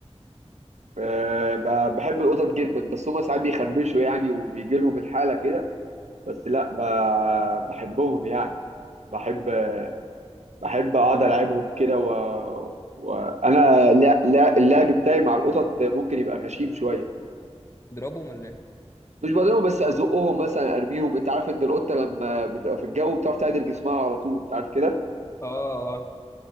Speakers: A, on the right; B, on the left.
A: آه، ب- بحب القطط جدا بس هما ساعات بيخربشوا يعني وبيجي لهم الحاله كده بس لا ب- بحبهم يعني بحب بحب اقعد العبهم كده و... وانا لا لا اللعب بتاعي مع القطط ممكن يبقى غشيم شويه
B: تضربهم ولا ايه
A: مش بضربهم بس ازقهم مثلا ارميهم انت عارف ان القطه لما بتبقى في الجو بتعرف تعدل جسمها على طول انت عارف كده
B: اه